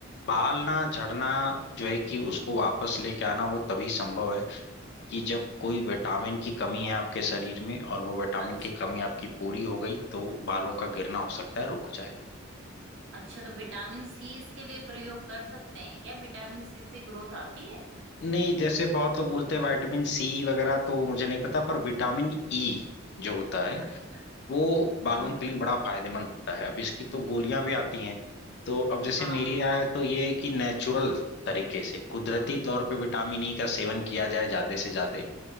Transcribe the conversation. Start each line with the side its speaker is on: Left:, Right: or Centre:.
Left: बाल ना झड़ना जो है कि उसको वापस लेके आना वो तभी संभव है कि जब कोई विटामिन की कमी है आपके शरीर में और वो विटामिन
Right: अच्छा
Left: की कमी आपकी पूरी हो गई तो बालों का गिरना हो सकता है रुक जाए
Right: अच्छा तो विटामिन सी इसके लिए प्रयोग कर सकते हैं क्या विटामिन सी से ग्रोथ आती है
Left: नहीं जैसे बहुत लोग बोलते हैं विटामिन सी वगैरह तो मुझे नहीं पता पर विटामिन ई जो होता है
Right: अच्छा
Left: वो बालों
Right: हाँ
Left: के
Right: हाँ
Left: लिए बड़ा फायदेमंद होता है अब इसकी तो गोलियां भी आती हैं तो अब जैसे
Right: हाँ
Left: मेरी राय तो ये है कि नेचुरल तरीके से कुदरती
Right: हाँ,
Left: तौर पे विटामिन ई का सेवन किया जाए ज्यादा से ज्यादा